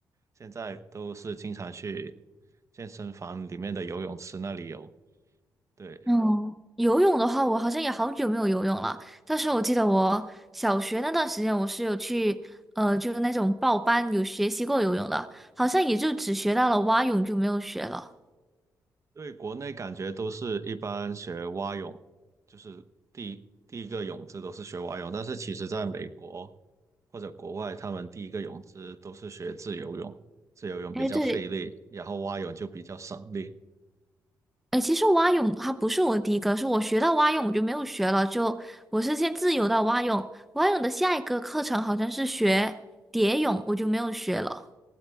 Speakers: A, on the right (about 40°); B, in the centre.
A: 现在都是经常去健身房里面的游泳池那里游，对。
B: 嗯，游泳的话，我好像也好久没有游泳了。但是我记得我小学那段时间，我是有去，呃，就是那种报班有学习过游泳的，好像也就只学到了蛙泳，就没有学了。
A: 对，国内感觉都是一般学蛙泳，就是第一第一个泳姿都是学蛙泳，但是其实在美国或者国外，他们第一个泳姿都是学自由泳，自由泳比较费力，
B: 哎，对，
A: 然后蛙泳就比较省力。
B: 哎，其实蛙泳它不是我第一个，是我学到蛙泳我就没有学了，就我是先自由到蛙泳，蛙泳的下一个课程好像是学蝶泳，我就没有学了。